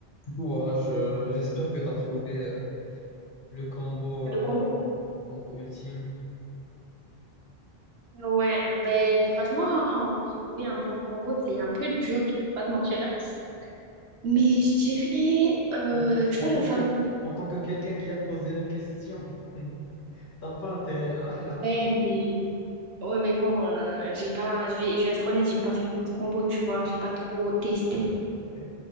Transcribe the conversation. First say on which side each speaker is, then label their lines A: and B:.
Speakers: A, on the left; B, on the right.
A: Du coup, voilà, je, j'espère que tu as trouvé euh, le combo, euh,
B: Le combo.
A: le combo ultime.
B: Ouais, ben franchement, pour trouver un bon combo, c'est un peu dur, je vais pas te mentir. Mais je dirais, euh,
A: En,
B: tu
A: en
B: vois,
A: tant
B: le fameux.
A: que, en tant que quelqu'un qui a posé la question, <laughs> t'as pas intérêt à...
B: Ouais,
A: <laughs>
B: mais, ouais, mais bon, euh, j'ai pas, je vais, je vais être honnête, j'ai pas fait beaucoup de combos, tu vois, j'ai pas trop testé.
A: Ok.